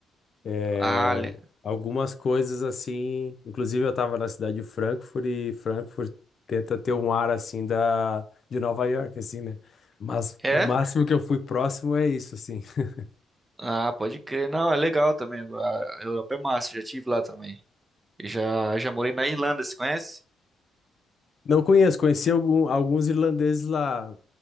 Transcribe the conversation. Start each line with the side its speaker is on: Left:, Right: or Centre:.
Left: É,
Right: Ah, le-
Left: algumas coisas assim. Inclusive, eu tava na cidade de Frankfurt e Frankfurt tenta ter um ar assim da, de Nova York, assim, né? Mas
Right: é?
Left: o máximo que eu fui próximo é isso, assim. <laughs>
Right: Ah, pode crer. Não, é legal também. A Europa é massa, eu já tive lá também. Eu já, já morei na Irlanda, você conhece?
Left: Não conheço, conheci algum- alguns irlandeses lá,